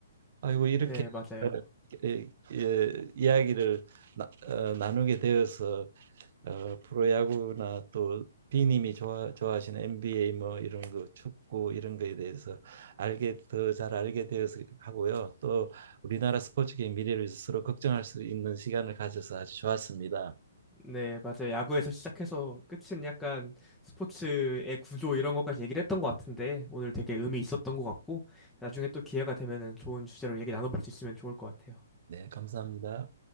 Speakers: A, on the right (about 55°); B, in the centre.
A: 아이고 이렇게
B: 네, 맞아요.
A: 어, 예, 예, 이야기를 나, 어, 나누게 되어서 어, 프로야구나 또 비님이 좋아, 좋아하시는 NBA 뭐 이런 거 축구 이런 거에 대해서 알게 더 잘 알게 되어서 하고요. 또 우리나라 스포츠계의 미래를 스스로 걱정할 수 있는 시간을 가져서 아주 좋았습니다.
B: 네, 맞아요. 야구에서 시작해서 끝은 약간 스포츠의 구조 이런 것까지 얘기를 했던 것 같은데 오늘 되게 의미 있었던 것 같고 나중에 또 기회가 되면은 좋은 주제로 얘기 나눠볼 수 있으면 좋을 것 같아요.
A: 네, 감사합니다.